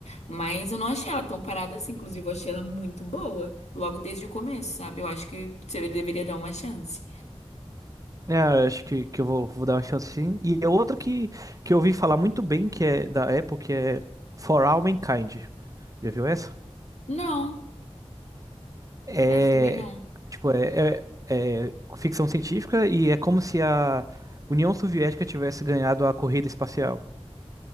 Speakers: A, on the left (about 85°); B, on the right (about 30°).
A: mas eu não achei ela tão parada assim. Inclusive, eu achei ela muito boa, logo desde o começo, sabe? Eu acho que você deveria dar uma chance.
B: É, acho que, que eu vou, vou dar uma chance sim. E é outra que, que eu ouvi falar muito bem, que é da Apple, que é For All Mankind. Já viu essa?
A: Não,
B: É,
A: essa também não.
B: tipo, é, é, é ficção científica e é como se a União Soviética tivesse ganhado a corrida espacial.